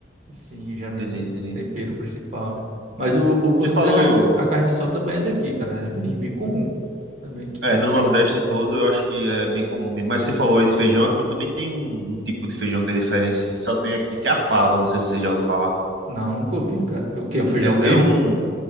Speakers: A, on the right; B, on the right.
A: Assim, geralmente
B: Entendi,
A: com
B: entendi.
A: tempero principal, né? Mas o, o cuscuz
B: Você falou.
A: e a carne, de- a carne de sol também é daqui, cara, né? é bem bem comum também aqui.
B: É, no Nordeste todo eu acho que é bem comum mesmo. Mas você falou aí de feijão, aqui também tem um, um tipo de feijão que é diferente, e só tem aqui que é a fava, não sei se você já ouviu falar.
A: Não, nunca ouvi, cara. É o quê? É Um feijão
B: É,
A: verde?
B: é um,